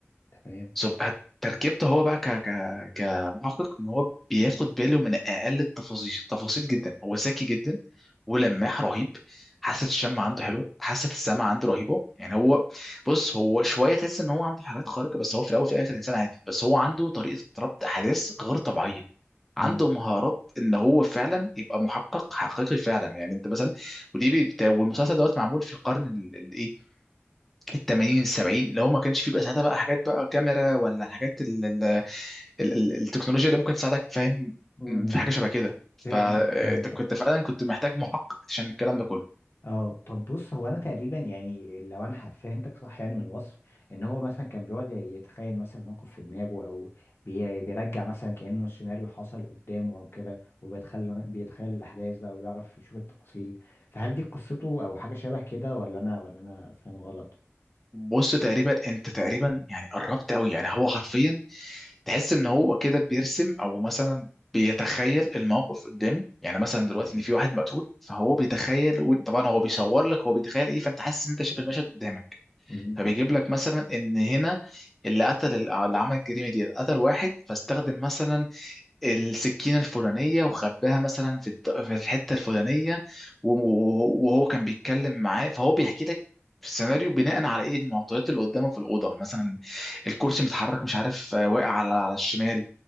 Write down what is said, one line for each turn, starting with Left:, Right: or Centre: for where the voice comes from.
Left: تمام
Centre: تبقى تركيبته هو بقى ك ك كمحقق ان هو بياخد باله من اقل التفاصيل تفاصيل جدا هو ذكي جدا ولماح رهيب حاسه الشم عنده حلو حاسه السمع عنده رهيبه يعني هو بص هو شويه تحس ان هو عنده حالات خارقه بس هو في الاول وفي الاخر انسان عادي بس هو عنده طريقه ربط احداث غير طبيعيه عنده
Left: مم.
Centre: مهارات ان هو فعلا يبقى محقق حقيقي فعلا يعني انت مثلا ودي بي- والمسلسل دوت معمول في القرن الايه التمانين السبعين اللي هو ما كانش فيه بقى ساعتها بقى حاجات بقى كاميرا ولا الحاجات ال ال ال ال التكنولوجيا اللي ممكن تساعدك فاهم
Left: مم.
Centre: في حاجه شبه كده
Left: فهمتك
Centre: فانت
Left: فهمتك
Centre: كنت فعلا كنت محتاج محقق عشان الكلام ده كله
Left: اه طب بص هو انا تقريبا يعني لو انا ح- فهمتك صح يعني من الوصف ان هو مثلا كان بيقعد يتخيل مثلا موقف في دماغه او بي- بيرجع مثلا كانه السيناريو حصل قدامه او كده وبيتخيل بيتخيل الاحداث بقى وبيعرف يشوف التفاصيل فهل دي قصته او حاجه شبه كده ولا انا ولا انا فاهم غلط
Centre: بص تقريبا انت تقريبا يعني قربت قوي يعني هو حرفيا تحس ان هو كده بيرسم او مثلا بيتخيل الموقف قدامه يعني مثلا دلوقتي
Left: مم.
Centre: ان في واحد مقتول فهو بيتخيل طبعا هو بيصور لك هو بيتخيل ايه فانت حاسس ان انت شايف المشهد قدامك
Left: مم.
Centre: فبيجيب لك مثلا ان هنا اللي قتل اللي عمل الجريمه دي قتل واحد فاستخدم مثلا السكينة الفلانية وخباها مثلا في الد- في الحتة الفلانية و- و- وهو كان بيتكلم معاه فهو بيحكي لك في السيناريو بناء على ايه المعطيات اللي قدامه في الأوضة مثلا الكرسي متحرك مش عارف آه، واقع على على الشمال